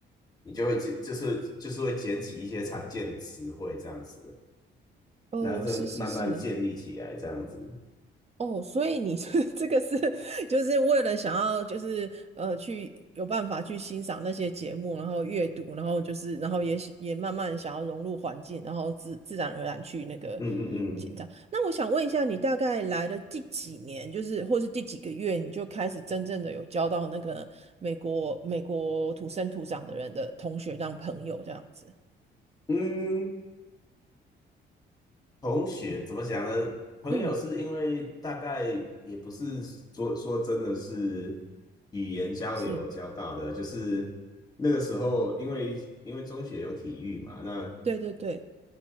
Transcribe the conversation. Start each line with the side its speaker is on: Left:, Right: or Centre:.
Left: 你就会捡就是就是会捡起一些常见的词汇这样子，
Right: 哦，
Left: 然后再慢慢建立起来这样子。
Right: 是是是，哦，所以你是 <laughs> 这个是就是为了想要就是呃去有办法去欣赏那些节目，然后阅读，然后就是然后也想也慢慢想要融入环境，然后自自然而然去那个
Left: 嗯嗯嗯
Right: 紧张。那我想问一下，你大概来了第几年，就是或是第几个月，你就开始真正的有交到那个美国美国土生土长的人的同学当朋友这样子？
Left: 嗯，同学怎么讲呢？朋友是因为大概也不是说说真的是语言交流交到的，
Right: 嗯，是，
Left: 就是那个时候因为因为中学有体育嘛，那
Right: 对对对，